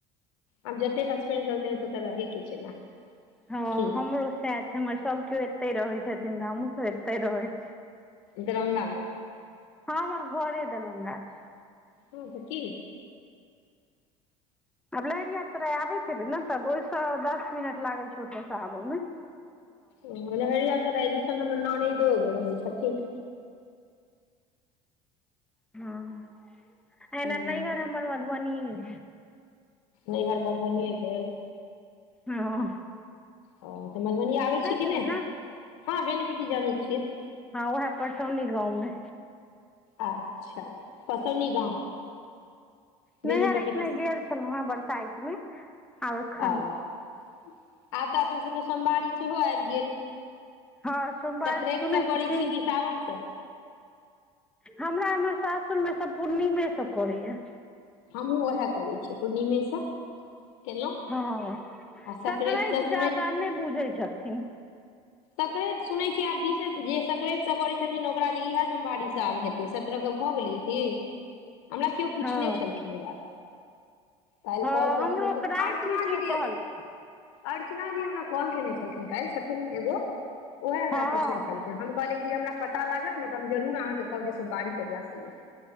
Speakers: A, on the left; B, in the centre.
A: आब जत्ते हसबैंड रहथिन ओत त रहैय के छय ने।
B: हँ
A: की
B: हमरो सैह छै। हमर सभ केओ एत्तय रहै छथिन तऽ हमहूँ सब एत्ते रहै छी।
A: दरभंगा मे।
B: हँ, हमर घरे दरभंगा छै।
A: हँ त की?
B: आब लहेरियासराय आबैत हेबै ने, तब ओयसँ, दस मिनट लागै छै ओतयसँ आबय मे।
A: ओ, लहेरियासराय दिस हम्मर ननैइदो एग्गो रहय छथिन।
B: हँ, एना
A: हूँ
B: नैइहर हम्मर मधुबनीये अय।
A: नैहर मधुबनिये भेल।
B: हं।
A: ओ तऽ मधुबनी आबै छी की
B: हेबै
A: नय?
B: ने
A: हँ बेनीपट्टी जानय छियै।
B: हँं, उहैए परसौनी गाँवमे।
A: अच्छा पसौनी गाम। बेनीपट्टी
B: नैहर एखने
A: पस
B: गेल छलहुँ हेँ, बरसाइतमे। आब एखन
A: आ, आब तऽ अपन सभके सोमवारी सेहो आबि गेल।
B: हँ सोमवारी
A: सक्रतसँ
B: सुनै
A: करै
B: की?
A: छी, कि सावनसँ।
B: हमरा एम्हर सासुरमे सब पूर्णिमे सब करैया।
A: हमहु उएह करै छियै, पूर्णिमेसँ! केलहुँ
B: हँ,
A: आ सकरातिसँ
B: स्करा्ति
A: सुनै
B: जादा नहि बुझै छथिन।
A: सक्राति सुनैत छियै आब विष जे सक्रा्तसँ करैत छथिन, ओकरा जे इएह सोमवारिश आब हेतै, सत्रह के भऽ गेलै। की हमरा केओ पूछने
B: हँ
A: छलखिन ईबात। काल्हि
B: हँ
A: कल केने
B: हमरो
A: छलखिन,
B: रातिमे
A: अर्चना
B: केओ
A: जी ने
B: कहलखिन
A: अर्चना जी हमरा कॉल केने छलखिन काल्हि, छथिन एगो ओएहे हमरा
B: हँ
A: पूछने छलखिय, हम कहलियै कि जे हमरा पता लागत ने तऽ हम जरूर अहाँकेँ कहब, जे सोमारी कहिआासँ या।